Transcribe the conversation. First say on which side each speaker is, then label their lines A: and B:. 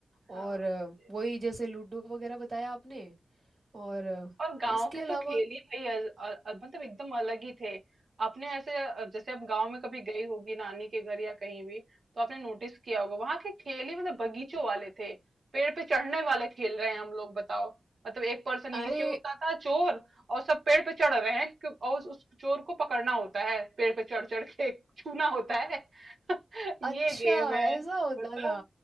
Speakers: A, on the right; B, on the right.
A: हाँ,
B: और अ,
A: yes.
B: वही जैसे लूडो वगैरह बताया आपने और अ,
A: और गांव
B: इसके
A: के
B: अलावा
A: तो खेल ही भाई अ- अ- अ- मतलब एकदम अलग ही थे आपने ऐसे अ, जैसे आप गांव में कभी गई होगी नानी के घर या कहीं भी तो आपने नोटिस किया होगा वहां के खेल ही मतलब बगीचों वाले थे पेड़ पे चढ़ने वाले खेल रहे हैं हम लोग बताओ मतलब एक पर्सन नीचे
B: अरे
A: होता था चोर और सब पेड़ पे चढ़ रहे हैं क्यों- और उस उस चोर को पकड़ना होता है पेड़ पे चढ़ चढ़ के छूना होता है <laughs>
B: अच्छा
A: ये गेम है
B: ऐसा होता
A: बताओ
B: था